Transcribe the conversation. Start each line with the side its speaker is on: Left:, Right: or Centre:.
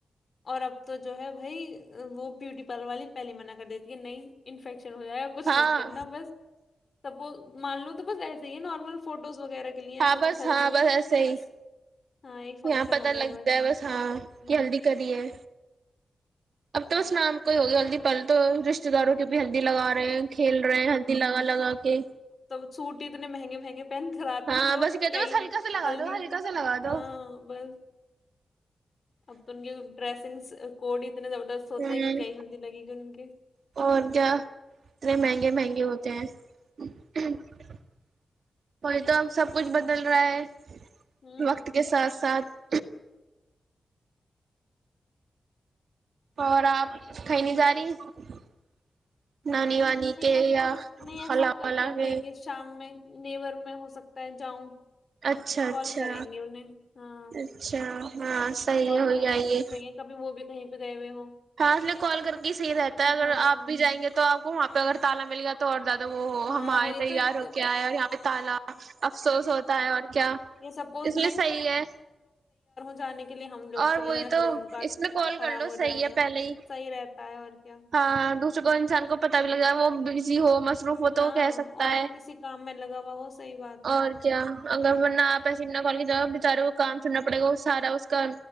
Left: اور اب تو جو ہے بھائی وہ بیوٹی پارلر والی پہلیے منع کر دیتی ہے نہیں انفیکٹ شن ہو جائے گا کچھ
Right: ہاں
Left: مت کرنا بس سپوز مان لو تو بس ایسے ہی ہے نارمل فوٹوز وغیرہ کے لیے ایسا
Right: ہاں بس
Left: کچھ ہلدی
Right: ہاں
Left: نہیں
Right: بس
Left: اس
Right: ایسے
Left: میں تو
Right: ہی
Left: بس ہاں ایک فنکشن
Right: یہاں پتا
Left: ہو گیا
Right: لگتا ہے بس ہاں
Left: ہوں
Right: کہ ہلدی کری ہے اب تو بس نام کو ہی ہوگیا ہلدی پل تو رشتے داروں کی بھی ہلدی لگا رہے ہیں کھیل رہے ہیں ہدی لگا لگا کے
Left: سٹ اتنے مہنے مہنگے پہن کرراتے
Right: ہاں
Left: ہیں لوگ
Right: بس کہتے
Left: کئی
Right: بس ہلکا سا لگا
Left: ہلدی
Right: دو ہلکا سا لگا دو
Left: ہاں بس اب تو ان کے ڈریسنگ کوڈ اتنے زبردست ہوتے
Right: ہوں
Left: ہیں کہ کیائی ہلدی لگے گی ان کے
Right: اور کیا اتنے مہنگے مہنگے ہوتے وہی تو اب سب کچھ بدل رہا ہے
Left: ہوں
Right: وقت کے ساتھ ساتھ <inaudible> اور آپ کہیں نہیں جا رہی نانی
Left: ہوں
Right: وانی
Left: نہیں
Right: کے
Left: ایسے
Right: یا
Left: نہیں ایسے
Right: خلا
Left: تو کوئی
Right: والال
Left: نہیں اب
Right: کے
Left: دیکھیے شام میں نیور میں ہو سکتا ہے جاؤں
Right: اچھا
Left: کال
Right: اچھا
Left: کریں گے انہیں ہاں
Right: اچھا ہاں صحیح
Left: کال
Right: ہے ہوئی
Left: کر
Right: آئیے
Left: کے پوچھیں گے کبھی وہ بھی کہیں پ گئے ہوئے ہوں
Right: ہاں لیے کال کر کے ہی صحیح رہتا ہے اگر
Left: ہاں
Right: آپ بھی جائیں گے تو آپ کو وہاں پہ اگر تالا ملے گا تو توور د وہ
Left: ہاں
Right: ہمارے
Left: وہی
Right: تیار
Left: تو ایک تو
Right: ہو کےئے اور یہاں پہ تالا افسوس ہوتا ہے اور کیا
Left: یہ سپوز
Right: اس لیے صحیح ہے
Left: جان کے لیے ہم لوگ
Right: اور
Left: چلے
Right: وہی
Left: جائیں پھر
Right: تو
Left: ان کا
Right: اس میں کال
Left: خراب
Right: کر لو
Left: ہو
Right: صحیح
Left: جائے
Right: ہے
Left: گا
Right: پہلے ہی
Left: صحیح رہتا ہے اور کیا
Right: ہاں دو کو انسان کو پتا بھی لگا ہے وہ بزی ہو مصروف ہو
Left: ہاں
Right: تو وہ کہہ سکتا
Left: اور
Right: ہے
Left: کسی کام میں لگا ہوا ہو صحیح بات ہے
Right: اور کیا اگر ورنہ آپ ایسے اتنا کال کی ج بتاارے کام چنا پڑے گا وہ سارا اس کا